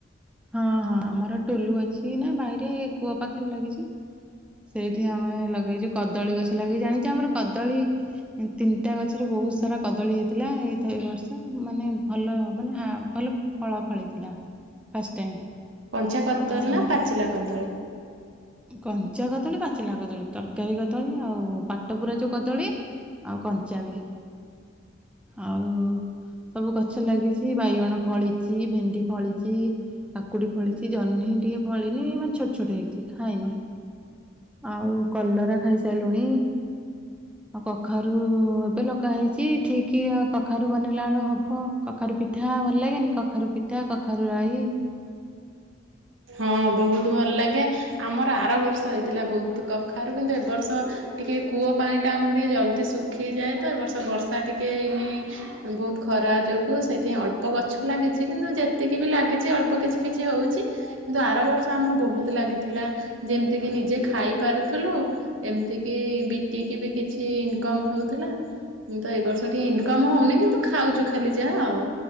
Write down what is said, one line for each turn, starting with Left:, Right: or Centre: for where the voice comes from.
Centre: ହଁ ହଁ ଆମର ଟୁଲୁ ଅଛି ନା, ବାଇରେ କୂଅ ପାଖରେ ଲାଗିଛି। ସେଇଠି ଆମେ ଲଗେଇଚୁ କଦଳୀ ଗଛ ଲାଗିି ଜାଣିଛି, ଆମର କଦଳୀ ତିନିଟା ଗଛରେ ବହୁତ ସାରା କଦଳୀ ହେଇଥିଲା ଏଇଥ ଏ ବର୍ଷ ମାନେ ଭଲ ମାନେ ହା ଭଲ ଫଳ ଫଳିଥିଲା ଫଷ୍ଟ ଟାଇମ୍।
Right: କଞ୍ଚା କଦଲ୍
Centre: ଆଉ
Right: ନା ପାଚିଲା କଦଳୀ।
Centre: କଞ୍ଚା କଦଳୀ ପାଚିଲା କଦଳୀ ତରକାରୀ କଦଳୀ, ଆଉ, ପାଟ ପୁରା ଯୋଉ କଦଳୀ। ଆଉ କଞ୍ଚା ବି, ଆଉ-ଉ ସବୁ ଗଛ ଲାଗିଛି ବାଇଗଣ ଫଳିଚି, ଭେଣ୍ଡି ଫଳିଚି। କାକୁଡି ଫଳିଛି ଜହ୍ନି ଟିକେ ଫଳିନି, ମାନେ ଛୋଟ୍ ଛୋଟ୍ ହେଇଛି। ଖାଇନୁ ଆଉ କଲରା ଖାଇସାଇଲୁଣି? ଆଉ କଖାରୁ ଏବେ ଲଗା ହେଇଚି ଠିକି ଆ କଖାରୁ ବନେଇଲା ଅଳୁ ହବ। କଖାରୁ ପିଠା ଭଲ ଲାଗେନି କଖାରୁ ପିଠା କଖାରୁ ରାଇ?
Right: ହଁ ବୋହୁତ ଭଲ ଲାଗେ। ଆମର ଆର ବର୍ଷ ହେଇଥିଲା ବୋହୁତ କଖାରୁ କିନ୍ତୁ ଏବ ବର୍ଷ ଟିକେ କୂଅ ପାଣିଟା ଆମର ଟିକେ ଜଲ୍ଦି ଶୁ ଖିଯାଏ ତ ଏ ବର୍ଷା ବର୍ଷା ଟିକେ ଏନି ବୋହୁତ ଖରା ଯୋଗୁ ସେଇଥିଇଁ ଅଳ୍ପ ଗଛ ଲାଗିଚି କିନ୍ତୁ ଯେତିକି ବି ଲାଗିଚି ଅଳ୍ପ କିଛି କିଛି ହଉଚି। କିନ୍ତୁ ଆର ବର୍ଷ ଆମର ବହୁତ ଲାଗିଥିଲା ଯେମତି କିି ନିଜେ ଖାଇ ପାରୁଥିଲୁ। ଏମତି କି ବିକିକି ବି କିଛି ଇନକମ ହଉଥୁଲା। ଉଁ ତ ଏଇ ବର୍ଷ ଟିକେ ଇନକମ୍ ହଉନି କିନ୍ତୁ ଖାଉଚୁ ଖାଲି ଯାହା ଆଉ।